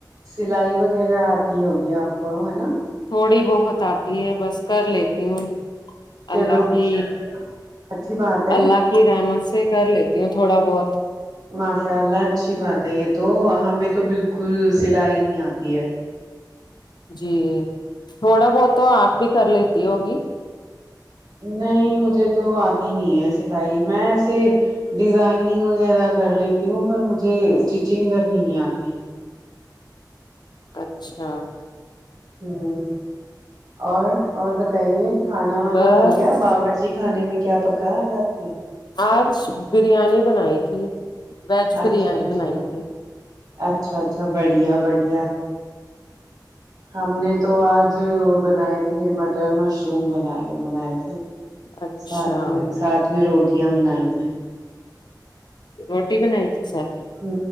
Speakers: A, on the right (about 60°); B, on the left (about 70°).
A: سلائی وغیرہ آتی ہوگی آپ کو ہے نہ
B: تھوڑی بہت آتی ہے بس کر لیتی ہوں
A: چلو
B: اللہ
A: ماشاء
B: کی
A: اللہ اچھی بات ہے
B: اللہ کی رحمت سے کر لیتی ہوں تھوڑا بہت
A: ماشاء اللہ اچھی بات ہے یہ تو ہمیں تو بالکل سلائی نہیں آتی ہے
B: جی تھوڑا بہت تو آپ بھی کر لیتی ہوگی
A: نہیں مجھے تو آتی نہیں ہے سلائی میں ایسے ڈیزائننگ وغیرہ کر لیتی ہوں پر مجھے اسٹیچنگ کرنی نہیں آتی
B: اچھا
A: ہوں اور اور بتائیے کھانا وانا
B: بس
A: ہو گیا باور چی خا نے میں کیا پکا آج آپ کے
B: آج بریانی بنائی تھی ویج
A: اچھا
B: بریانی
A: اچھا
B: بنائی تھی
A: اچھا اچھا بڑھیا بڑھیا ہم نے تو آج بنائے تھے مٹر مشروم بائے بنائے تھے
B: اچھا
A: ساتھ میں ساتھ میں روٹیاں بنائی تھیں
B: روٹی بنائی تھی ساتھ میں
A: ہ